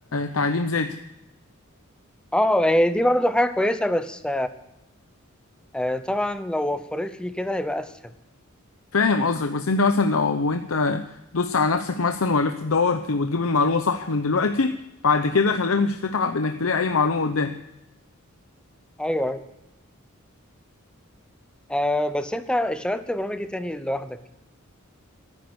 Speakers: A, on the left; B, in the centre.
A: كتعليم ذاتي
B: اه آه، دي برضو حاجة كويسة بس آه، طبعا لو وفرت لي كده هيبقى أسهل
A: فاهم قصدك بس انت مثلا لو انت دوس على نفسك مثلا وعرفت تدور ت- وتجيب المعلومه صح من دلوقتي بعد كده خلي بالك مش هتتعب انك تلاقي اي معلومه قدام
B: أيوه آه بس انت اشتغلت برامج ايه تاني لوحدك